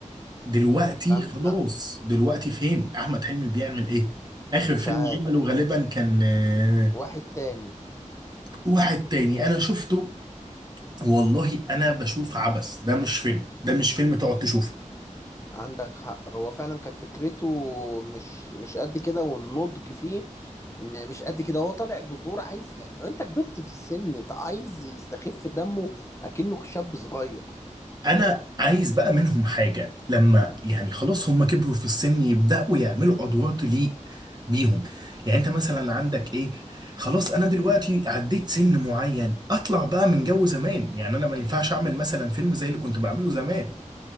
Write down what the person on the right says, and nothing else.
دلوقتي
خلاص
دلوقتي فين احمد حلمي بيعمل ايه اخر
فيلم
عمله غالبا كان آه،
واحد تاني انا شفته والله انا بشوف عبث ده مش فيلم ده مش فيلم تقعد تشوفه
انا عايز بقى منهم حاجة لما يعني خلاص هم كبروا في السن يبدأوا يعملوا ادوار تليق بيهم يعني انت مثلا عندك ايه خلاص انا دلوقتي عديت سن معين اطلع بقى من جو زمان يعني انا ما ينفعش اعمل مثلا فيلم زي اللي كنت بعمله زمان